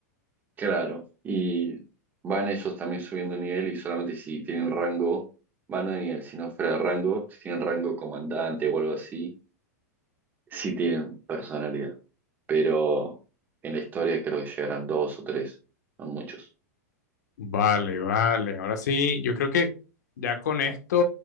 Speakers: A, on the right; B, on the left.
A: Claro. Y van ellos también subiendo nivel y solamente si tienen rango, van no de nivel, sino fuera de rango, si tienen rango comandante o algo así, sí tienen personalidad. Pero en la historia creo que llegarán dos o tres, no muchos.
B: Vale, vale. Ahora sí, yo creo que ya con esto,